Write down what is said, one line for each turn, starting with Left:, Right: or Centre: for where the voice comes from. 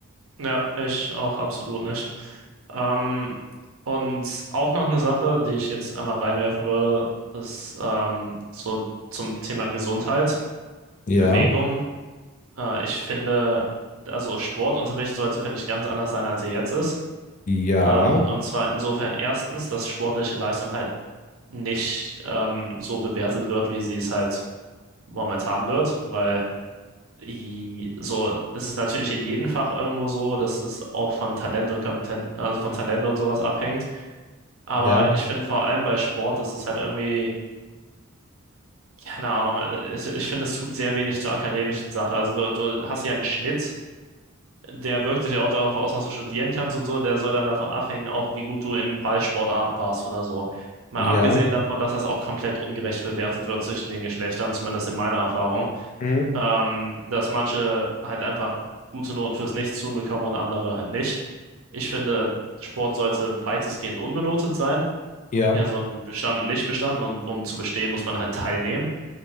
Right: Ja, ich auch absolut nicht. Ähm, und auch noch eine Sache, die ich jetzt einfach reinwerfen würde, ist ähm, so zum Thema Gesundheit,
Left: Ja,
Right: Bewegung. Äh, ich finde, also Sportunterricht sollte, finde ich, ganz anders sein, als er jetzt ist.
Left: ja,
Right: Ähm, und zwar insofern erstens, dass sportliche Leistung halt nicht ähm, so bewertet wird, wie sie es halt momentan wird, weil i- so, das ist natürlich in jedem Fach irgendwo so, dass es auch von Talent und Kompetenz, also von Talent und sowas abhängt. Aber
Left: ja,
Right: ich finde vor allem bei Sport ist es halt irgendwie, keine Ahnung, äh, ich, ich finde, es tut sehr wenig zur akademischen Sache. Also du, du hast ja einen Schnitt, der wirkt sich ja auch darauf aus, was du studieren kannst und so, und der soll dann davon abhängen, auch wie gut du in Ballsportarten warst oder so. Mal
Left: ja,
Right: abgesehen davon, dass das auch komplett ungerecht bewertet wird zwischen den Geschlechtern, zumindest in meiner Erfahrung.
Left: mm,
Right: ähm, dass manche halt einfach gute Noten fürs Nichtstun bekommen und andere halt nicht. Ich finde, Sport sollte weitestgehend unbenotet sein.
Left: ja.
Right: Ja, so ein bestanden, nicht bestanden und um zu bestehen, muss man halt teilnehmen.